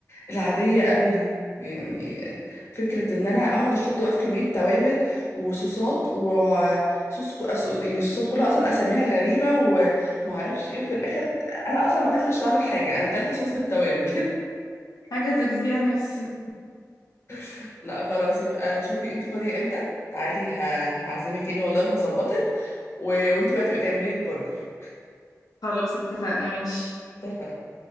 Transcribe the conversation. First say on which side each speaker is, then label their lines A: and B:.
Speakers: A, on the left; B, on the left.
A: العاديه قوي دي يعني فكره ان انا اقعد احط بقى في كميه توابل وصوصات وصوص ك- أص- يعني صوصات كلها اصلا اساميها غريبه وما اعرفش ايه وفي الاخر انا اصلا ما اكلتش طعم الحاجه انا اكلت صوص بالتوابل
B: حاجة تجزيع نفسي
A: <laughs> لا خلاص يبقى شوفي انتي فاضيه امتى تعالي ه- هعزمك يعني والله وهظبطك و... وانتي بقى تبقي تعملي لي البرجر
B: خلاص اتفقنا ماشي
A: اتفقنا